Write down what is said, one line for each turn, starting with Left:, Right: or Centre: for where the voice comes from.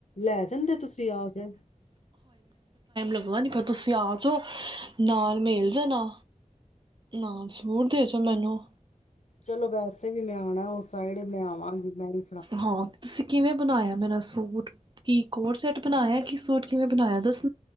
Left: ਲੈ ਜਾਂਦੇ ਤੁਸੀਂ ਆ ਕੇ,
Right: ਮੰਨੂੰ ਨੀ ਪਤਾ ਤੁਸੀਂ ਆਜੋ। ਨਾਲ ਮਿਲ ਜਾਣਾ। ਨਾਲ ਸੂਟ ਦੇ ਜੋ ਮੈਨੂੰ,
Left: ਚਲੋ ਵੈਸੇ ਵੀ ਮੈਂ ਆਣਾ ਉਸ ਸਾਈਡ ਮੈਂ ਆਵਾਂਗੀ ਮੈਂ ਵੀ,
Right: ਹਾਂ ਤੁਸੀਂ ਕਿਵੇਂ ਬਣਾਇਆ ਮੇਰਾ ਸੂਟ, ਕੀ ਕੋਟ ਸੈਟ ਬਣਾਇਆ ਕੀ ਸੂਟ ਕਿਵੇਂ ਬਣਾਇਆ ਦੱਸ